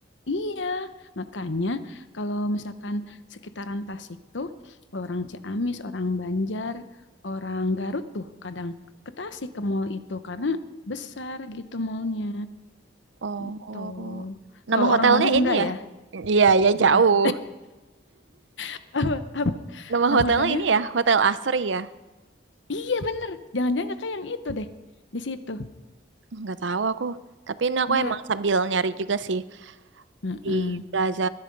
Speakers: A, on the left; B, on the right.
A: iya makanya kalau misalkan sekitaran Tasik tuh orang Ciamis, orang Banjar, orang Garut tuh kadang ke Tasik ke mall itu karena besar gitu mallnya
B: Oh.
A: gitu. Kalau
B: Nama hotelnya
A: orang Bandung
B: ini
A: enggak
B: ya?
A: ya?
B: Iya, ya
A: Apa?
B: jauh.
A: <laughs> Apa? Apa?
B: Nama
A: Nama
B: hotelnya
A: hotelnya?
B: ini ya, Hotel Asri ya.
A: Iya bener, jangan-jangan kakak yang itu deh di situ,
B: nggak tahu aku tapi ini aku
A: enggak?
B: emang sambil nyari juga sih
A: Heeh,
B: di Plaza